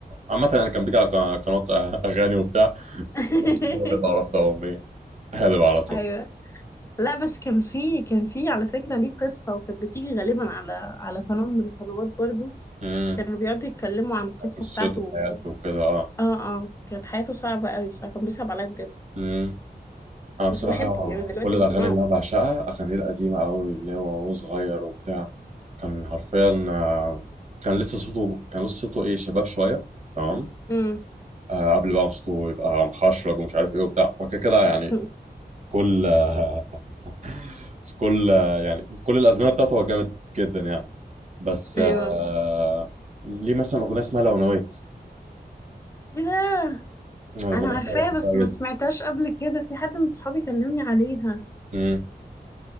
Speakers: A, on the right (about 45°); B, on the left (about 15°).
A: عامة أنا كان بيجي على قناة قناة أغاني وبتاع
B: <laughs>
A: كل ما تشوفه هو ده بعرف ده أمي هالب <laughs> على طول
B: ايوه لا بس كان في كان في على فكره ليه قصه وكانت بتيجي غالبا على على قناه من القنوات برضو
A: امم
B: كانوا بيقعدوا يتكلموا عن القصه
A: قصته
B: بتاعته
A: وحياته
B: و-
A: وكده
B: اه اه كانت حياته صعبه قوي بصراحه كان بيصعب عليا بجد
A: اه أنا بصراحة
B: بس بحبه يعني دلوقتي
A: كل الأغاني
B: بسمعه
A: اللي أنا بعشقها أغاني القديمة أوي اللي هو وهو صغير وبتاع كان حرفيا آه، كان لسه صوته كان لسه صوته إيه شباب شوية تمام
B: امم
A: آه، قبل بقى ما صوته يبقى محشرج ومش عارف إيه وبتاع وكده كده يعني
B: <laughs>
A: كل آه، <laughs> في كل آه، يعني في كل الأزمنة بتاعته هو جامد جدا يعني بس
B: ايوه
A: آه، ليه مثلا أغنية اسمها لو نويت
B: ايه ده
A: أنا الأغنية
B: انا عارفاها
A: دي أنا بحبها
B: بس ما
A: جدا
B: سمعتهاش قبل كده في حد من صحابي كلمني عليها
A: مم.